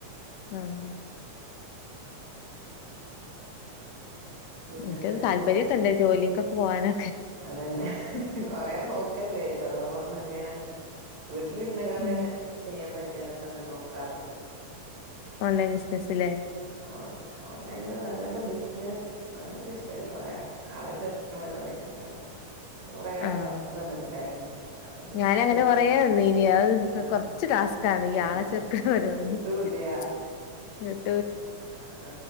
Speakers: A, on the left; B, on the right.
A: ആഹ്
B: പിന്നെന്താ
A: എനിക്കത് താല്പര്യൊക്കെണ്ട് ജോലിക്കൊക്കെ പോകാന്
B: അതന്നെ കൊറേ നോക്കല്ണ്ട് ഓരോന്ന് ഇങ്ങനെ വീട്ടിലിരുന്ന്ങ്ങാണ്ടെന്നെ
A: ഉം
B: ചെയ്യാൻ പറ്റിയതൊക്കെ ങനെ നോക്കാർണ്ട്
A: ഓൺലൈൻ ബിസിനസ്ല്ലേ
B: ഓ ഓൺലൈൻ അങ്ങൻത്തെ ബിസ് <unintelligible> അങ്ങൻത്തെ ഇഷ്ടല്ല ഒറേ ആളെ ചേർക്ക്ണ പരിപാടിയൊക്കെണ്ടല്ലോ അത് കൊറെേ
A: ആഹ്
B: അപ് വന്ന്ട്ട്ണ്ടായിരുന്നു അത് നോക്കാണ്
A: ഞാനങ്ങനെ കൊറേ നിന്നീനി അത്
B: ആ
A: കൊറച്ച് ടാസ്കാണ് ഈ ആളെ
B: ആ
A: ചേർക്ക്ണ പരിപാടി
B: കിട്ടൂല്ല
A: <unintelligible>
B: അആ